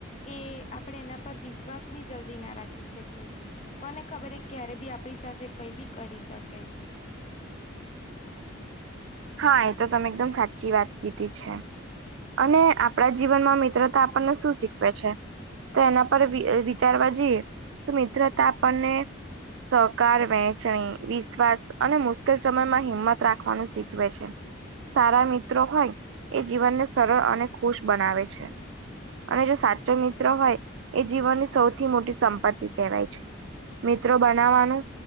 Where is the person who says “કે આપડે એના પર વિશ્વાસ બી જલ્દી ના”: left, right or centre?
Left